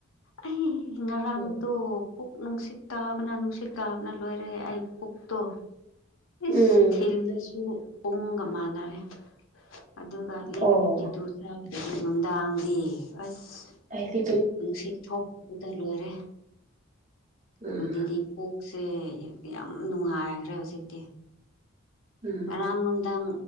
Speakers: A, on the left; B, on the right.
A: ꯑꯩ ꯉꯔꯥꯡꯗꯣ
B: ꯎꯝ
A: ꯄꯨꯛ ꯅꯨꯡꯁꯤꯠ ꯀꯥꯕꯅ ꯅꯨꯡꯁꯤꯠ ꯀꯥꯕꯅ ꯂꯣꯏꯔꯦ ꯑꯩ ꯄꯨꯛꯇꯣ ꯏꯁ
B: ꯎꯝ
A: ꯊꯤꯜꯗꯁꯨ ꯄꯨꯡꯒ ꯃꯥꯟꯅꯔꯦ ꯑꯗꯨꯒ ꯂꯦꯞ
B: ꯑꯣ
A: ꯐꯤꯞꯇꯤ ꯇꯨ ꯆꯥꯕꯗꯗꯤ ꯅꯨꯡꯗꯥꯡꯗꯤ ꯑꯁ
B: ꯑꯗꯤ
A: ꯅꯨꯡꯁꯤꯠ ꯊꯣꯛꯄꯗꯨꯗ ꯂꯣꯏꯔꯦ
B: ꯎꯝ
A: ꯑꯗꯨꯗꯤꯗꯤ ꯄꯣꯛ ꯁꯦ ꯌꯥꯝ ꯅꯨꯡꯉꯥꯏꯈ꯭ꯔꯦ ꯍꯧꯖꯤꯛꯇꯤ
B: ꯎꯝ
A: ꯉꯔꯥꯡ ꯅꯨꯡꯗꯥꯡ